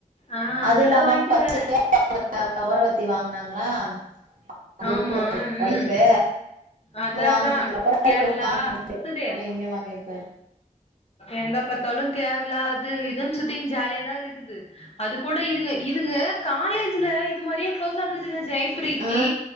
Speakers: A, on the left; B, on the right.
A: ஆ அதனால
B: அது இல்லாம
A: வாங்கிட்டுக்கறாங்க
B: <inaudible> ல ஓரவத்தி வாங்குனாங்களா <inaudible>
A: ஆமா
B: ஒய்ஃபு
A: ம் அதா
B: வாங்குனதுகப்பற
A: அதா
B: <inaudible>
A: கேரளா சுத்துதே
B: இவ இவங்க வாங்கி இருப்
A: எங்க பாத்தாலு கேர்ளா இது இதன் சுத்தின் ஜாலியாதா இருக்குது அது கூட இதுங்க இதுங்க காலேஜ்ல இது மாரியே குளோஸா இருந்ததுங்க ஜெயப்ரீத்தி
B: ஆ